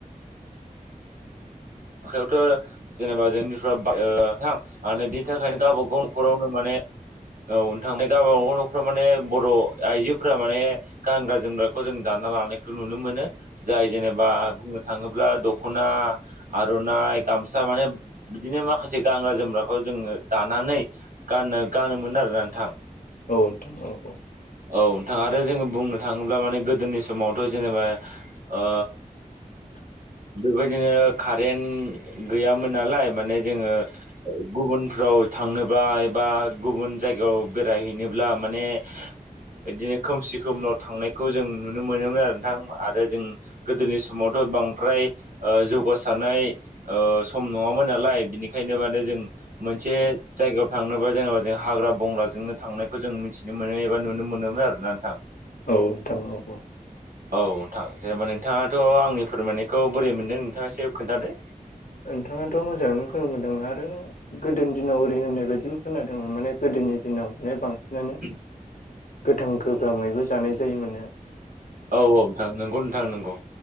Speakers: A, on the right; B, on the left.
A: आखायावथ' जेनेबा जोंनिफ्रा ओ नोंथां ओ बिनि थाखायनो गावबा गावनि न'खरावनो माने औ नोंथां गाबागाव न'खराव माने बर' आइजोफोरा माने गानग्रा जोमग्राखौ जों दानना लानायखौ नुनो मोनो जाय जेनेबा थाङोब्ला दख'ना आर'नाइ गामसा माने बिदिनो माखासे गानग्रा जोमग्राखौ जोङो दानानै गाननो-गानोमोन आरोना नोंथां।
B: औ नोंथां औ औ।
A: औ नोंथाङा आरो जोङो बुंनो थाङोब्ला माने गोदोनि समावथ' जेनेबा ओ‌ बेबायदिनो कारेन्ट गैयामोन नालाय माने जोङो गुबुनफ्राव थांनोबा एबा गुबुन जायगायाव बेरायहैनोब्ला माने बिदिनो खोमसि खोमलाव थांनायखौ जों नुनो मोनोमोन आरो नोंथां आरो जों गोदोनि समावथ' बांद्राय ओ जौ गस सानाय ओ सम नङामोन नालाय बिनिखायनो माने जों मोनसे
B: औ
A: जायगायाव थांनोबा जेनेबा जों हाग्रा बंग्राजोंनो थांनायखौ जों मिथिनो मोनो एबा नुनो मोनोमोन आरोना नोंथां।
B: औ नोंथां औ औ।
A: औ नोंथां जेनेबा नोंथाङाथ' आंनि फोरमायनायखौ बोरै मोनदों नोंथाङा एसे खोन्थादो?
B: नोंथाङाथ' मोजाङैनो फोरोंबोदों आरो गोदोनि दिनाव ओरै होननाय बायदिब्ला खोनादोंमोन माने गोदोनि दिनाव माने बांसिनानो
A: <inaudible>
B: गोथां गोब्रामैबो जानाय जायोमोनो।
A: औ औ नोंथां नोंगौ नोंथां नोंगौ।